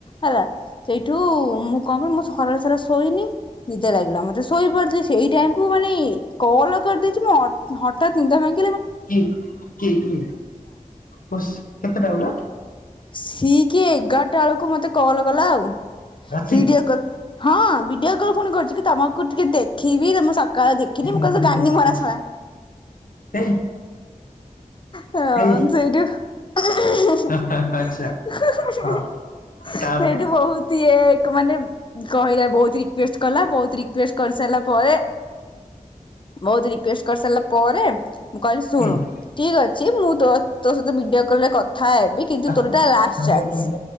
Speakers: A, on the left (about 35°); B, on the left (about 75°).
A: ହେଲା ସେଇଠୁ ମୁଁ କଣ କିଲି ମୁଁ ସରରେ ସାରା ଶୋଇନି ନିଦେ ଲାଗିଲା ମତେ ଶୋଇପଡିଥିଲ ସେଇ ଟାଇମକୁୁ ମାନେ କଲ କରିଦେଇଛି ମୁଁ ହଠତ୍ ଦି ପାଇଁ
B: କି କି କି ବସ କେତେ ଟା ବେଳେ
A: ସି କି ଏଗାରଟା ବେଳକୁ ମତେ କଲ କଲା ଆଉ।
B: ରାତି
A: ସିଡିଓ କ ହଁ। ବିଡିୟକ। ସକାଳୁ ଫୁଣି କରୁଛି କି ତମକୁ ଟିକେ ଦେଖିବି। ମୁଁ ସକାଳୁ ଦେଖିନି। ମୁଁ
B: ଆଚ୍ଛା
A: କହିଲୁ ଗାନି ମରା ସଳା।
B: ଏଇ
A: ହ
B: ଏଇ
A: ସେଇରି ସେଇଠୁ
B: ଆଚ୍ଛା ହଁ ତାପରେ
A: ବହୁତ ଇଏ ଲୋକ ମାନେ କହିଲେ ବହୁତ ରିକ୍ୱେଷ୍ଟ କଲା ବହୁତ ରିକ୍ୱେଷ୍ଟ କରିସାରିଲା ପରେ ବହୁତ ରିକ୍ୱେଷ୍ଟ କରିସାରିଲା ପରେ ମୁଁ କହିଲି ଶୁଣୁ।
B: ହୁଁ ହୁଁ
A: ଠିକ୍ ଅଛି ମୁଁ ତ ତୋ ସହିତ ଭଡିଓ କଲେ କ କଥା ହେବି କିନ୍ତୁ
B: ତାକୁ
A: ତୋର ଟା ଲାଷ୍ଟ୍
B: ତାକୁ
A: ଚାନ୍ସ୍
B: କାମ କରିବ।